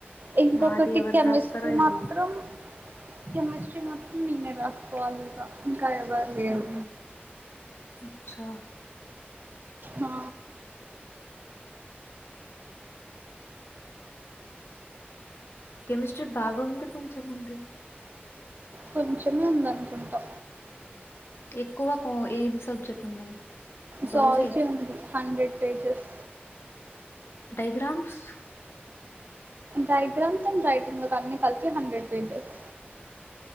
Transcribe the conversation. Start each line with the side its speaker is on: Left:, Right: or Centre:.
Right: ఇంకొకటి
Left: నాది ఎవరు
Right: కెమిస్ట్రీ
Left: రాస్తారో
Right: మాత్రం
Left: ఏమో
Right: కెమిస్ట్రీ మాత్రం నేనే రాసుకోవాలిగా ఇంకా ఎవరు లేరు
Left: ఉహు అచ్చా
Right: ఆ
Left: కెమిస్ట్రీ బాగా ఉంది కొంచెంముంది
Right: కొంచెమే ఉందనుకుంటా
Left: ఎక్కువ కో ఏం సబ్జెక్ట్ ఉన్నాయి జువాలజీ
Right: జూవాలాజీ ఉంది hundred pages
Left: diagrams
Right: diagrams and writing లో అన్ని కలిపి హండ్రెడ్ పేజెస్